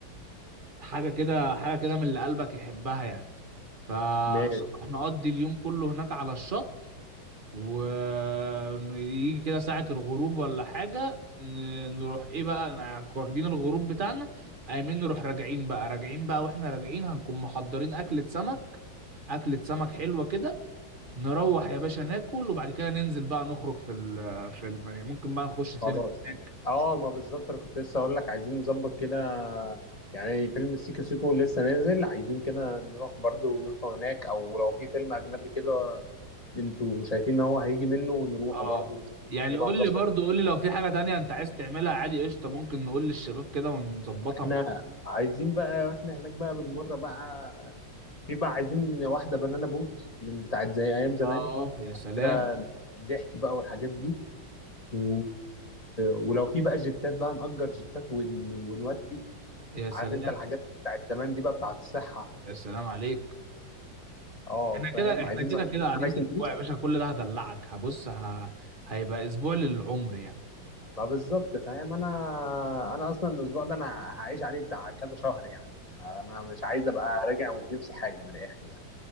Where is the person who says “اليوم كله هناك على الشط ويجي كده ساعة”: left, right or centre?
Right